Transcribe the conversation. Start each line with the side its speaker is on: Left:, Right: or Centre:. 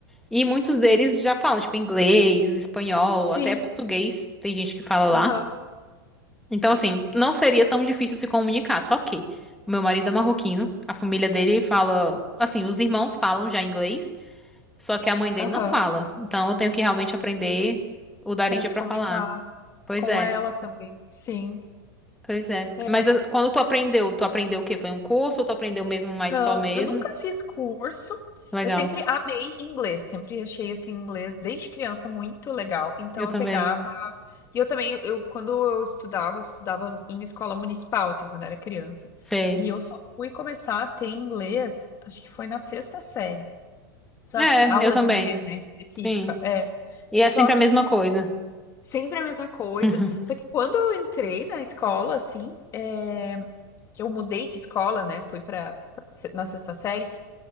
Centre: E muitos deles já falam, tipo, inglês, espanhol,
Left: Sim.
Centre: até português, tem gente que fala lá.
Left: Aham.
Centre: Então, assim, não seria tão difícil se comunicar, só que o meu marido é marroquino, a família dele fala, assim, os irmãos falam já inglês, só que a mãe dele
Left: Aham.
Centre: não fala. Então, eu tenho que realmente aprender o Darija
Left: Para se
Centre: pra
Left: comunicar
Centre: falar. Pois
Left: com
Centre: é,
Left: ela também. Sim.
Centre: pois é.
Left: É.
Centre: Mas eh, quando tu aprendeu, tu aprendeu o quê? Foi um curso ou tu aprendeu mesmo mais
Left: Não,
Centre: só mesmo?
Left: eu nunca fiz curso.
Centre: Legal.
Left: Eu sempre amei inglês, sempre achei assim inglês desde criança muito legal. Então
Centre: Eu também.
Left: eu pegava e eu também eu quando eu estudava, eu estudava em escola municipal assim quando era criança.
Centre: Sei.
Left: E eu só fui começar a ter inglês, acho que foi na sexta série. Só
Centre: É,
Left: que aula
Centre: eu também.
Left: de inglês, né, específica,
Centre: Sim.
Left: é.
Centre: E é
Left: Só
Centre: sempre
Left: que
Centre: a mesma coisa.
Left: sempre a mesma coisa.
Centre: <laughs>
Left: Só que quando eu entrei na escola assim, é, que eu mudei de escola, né, fui para na sexta série